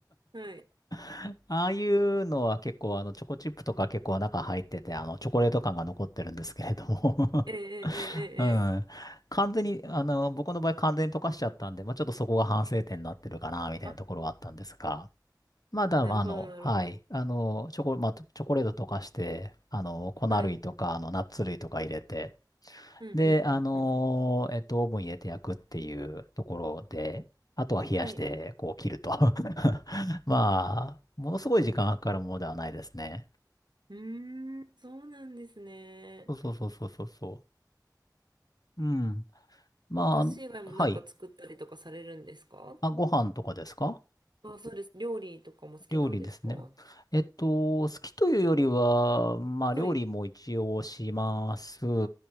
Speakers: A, on the right; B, on the left.
A: はい。
B: <laughs> ああいうのは結構あのチョコチップとか結構中入っててあのチョコレート感が残ってるんですけれども
A: ええええええ。
B: <laughs> うん。
A: ええ
B: 完全にあの僕の場合完全に溶かしちゃったんで、まあ、ちょっとそこが反省点になってるかなみたいなところはあったんですが、
A: あ、
B: まだあの、
A: なるほどなるほ
B: はい。あの、チョコ、まあ、チョコレート溶かして、あの、粉類とか、
A: ど。はい。
B: あの、ナッツ類とか入れて、
A: うんうんうんう
B: で、あのーえっと、オーブン入れて焼くっていうところで、あとは冷やして、
A: ん。はい。
B: こう切ると。<laughs> まあ、ものすごい時間がかかるものではないですね。
A: うーん、そうなんですね。
B: そうそうそうそうそうそう。うん。まあ、
A: お菓子以外もなんか作ったりとかされるんですか
B: はい。あ、ご飯とかですか
A: あ、そうです。料理とかも好きなんですかは
B: 料理ですね。えっと、好きというよりは、まあ、料理も一応します。
A: い。